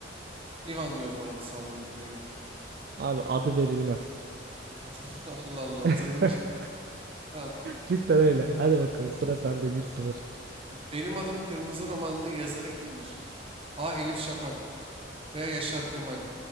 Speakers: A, on the right (about 30°); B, on the right (about 50°).
A: Ivan diyorum abi sallıyorum ne bileyim.
B: Abi adı verilmez.
A: <laughs> Allah Allah
B: <laughs>
A: sorunca. Tamam.
B: Cidden öyle. Hadi bakalım sıra sende bir sıfır
A: Benim Adım Kırmızı romanının yazarı kimdir? A. Elif Şafak B. Yaşar Kemal